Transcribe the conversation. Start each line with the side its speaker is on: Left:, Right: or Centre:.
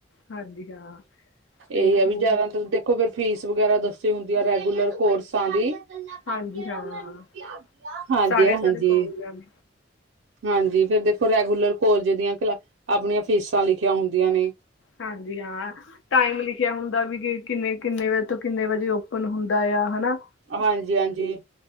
Left: ਹਾਂਜੀ, ਹਾਂ। ਤੇ
Right: ਏਹੀ
Left: ਹੋਰ
Right: ਏ ਵੀ ਜ਼ਿਆਦਾ ਤ ਦੇਖੋ, ਫਿਰ ਫੀਸ ਵਗੈਰਾ ਦੱਸੀ ਹੁੰਦੀ ਆ ਰੈਗੂਲਰ ਕੋਰਸਾਂ ਦੀ। ਗੱਲਾਂ ਕਰਦੀਆਂ
Left: ਹਾਂਜੀ ਹਾਂ
Right: ਰੋ ਮੈਨੂੰ ਕੀ ਆਂਦੀਆਂ। ਹਾਂਜੀ,
Left: ਸਾਰੇ
Right: ਹਾਂਜੀ।
Left: ਸਾਰੇ ਕਾਲਜਾਂ ਦੇ
Right: ਹਾਂਜੀ ਫੇਰ ਦੇਖੋ ਰੈਗੂਲਰ ਕੋਲਜ ਦੀਆਂ ਕਲਾ, ਆਪਣੀਆਂ ਫੀਸਾਂ ਲਿਖੀਆਂ ਹੁੰਦੀਆਂ ਨੇ।
Left: ਹਾਂਜੀ, ਹਾਂ। ਟਾਈਮ ਲਿਖਿਆ ਹੁੰਦਾ ਵੀ ਕਿ ਕਿੰਨੇ, ਕਿੰਨੇ ਵਜੇ ਤੋਂ ਕਿੰਨੇ ਵਜੇ ਓਪਨ ਹੁੰਦਾ ਆ, ਹਨਾਂ।
Right: ਹਾਂਜੀ ਹਾਂਜੀ,